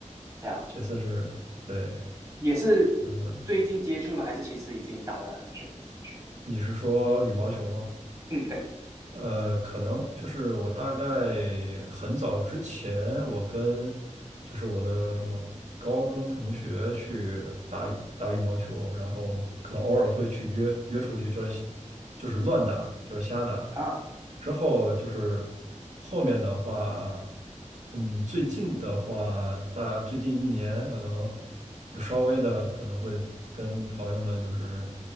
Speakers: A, on the right; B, on the right.
A: 了解，
B: 其次是对，
A: 也是
B: 嗯，
A: 最近接触了吗？还是其实已经打了很久羽毛球？
B: 你是说羽毛球吗？
A: 嗯，对
B: 呃，可能就是我大概很早之前，我跟就是我的什么高中同学去打打羽毛球，然后可能偶尔会去约约出去，就是就是乱打，就是瞎打。
A: 啊，
B: 之后就是后面的话，嗯，最近的话，大最近一年可能就稍微的可能会跟朋友们就是